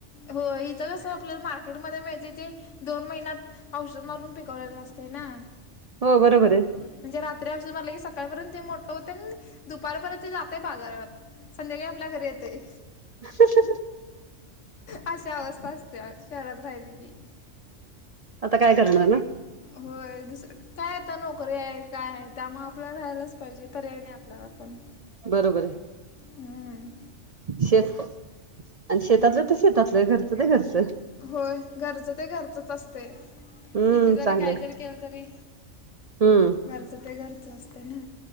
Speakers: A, on the left (about 80°); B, on the right (about 45°).
A: हो हित कस आपल्याला मार्केट मध्ये मिळते ते दोन महिन्यात औषध मारून पिकवलेला असते ना.
B: हो बरोबर आहे.
A: म्हणज रात्री औषध मारल की सक तावरण ते मोठ होते आणि दुपारपर्यंत ते जातय बाजारात संध्याकाळी आपल्या घरी येतय
B: ह ह ह
A: अशी अवस्था असते शहरात राहिली की.
B: आता काय करणार ना?
A: होय दुसरं काय आता न करू हाय काय आहे त्यामुळे आपल्याला राहायलाच पाहिजे पर्याय नाही आपल्याला पण.
B: बरोबर आहे
A: हम्म.
B: शेत आणि शेतातलं तर शेतातलं घर तर घरर्च
A: होय घरच ते घरचच असतय,
B: हम्म
A: किती जरी
B: चांगलंय
A: काही जरी केलं तरी
B: हम्म.
A: घरचं ते घरचं असते ना.